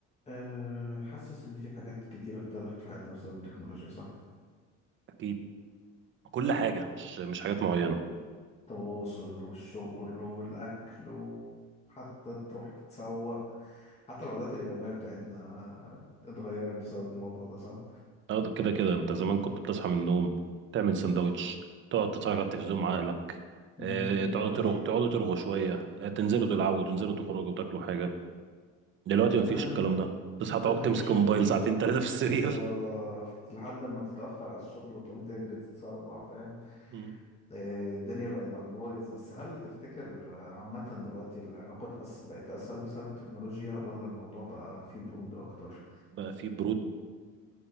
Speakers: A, on the left; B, on the right.
A: أه حاسس إن في حاجات كتير اختلفت في حياتنا بسبب التكنولوجيا صح؟
B: اكيد كل حاجه مش مش حاجات معينه
A: التواصل والشغل والأكل وحتى تروح تتسوق حتى العادات اليومية بتاعتنا اتغيرت بسبب الموضوع ده صح؟
B: أه، كده كده انت زمان كنت بتصحى من النوم تعمل سندوتش تقعد تتفرج على التلفزيون مع اهلك
A: مم
B: آه، تقعدوا
A: دلوقتي
B: ترغوا تقعدوا ترغوا شويه آه، تنزلوا تلعبوا تنزلوا تخرجوا وتاكلوا حاجه دلوقتي مفيش
A: آه
B: الكلام ده تصحى تقعد
A: دلوقتي
B: تمسك
A: مفيش
B: موبايل
A: يا دوب ولا
B: ساعتين
A: آه
B: ثلاثه في السرير
A: بالظبط لحد ما تتأخر على الشغل وتقوم تجري تتسربع فاهم؟
B: <laughs> مم.
A: آه الدنيا بقت على البايظ بس هل تفتكر آه، عامة دلوقتي العلاقات أس... بقت أسهل بسبب التكنولوجيا ولا الموضوع بقى فيه برود أكتر؟
B: بقى في برود